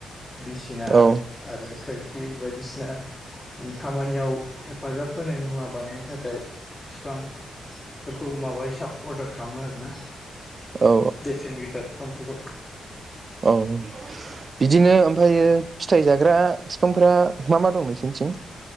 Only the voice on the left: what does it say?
बिसिना
आरो खोर खि बायदिसिना खामानियाव हेफाजाब होनाय मुवा बानायनो थाखाय बिफांफोरखौ माबा हिसाब अर्डार खालामो आरोना
बेसेनगोसा बिफांफोरखौ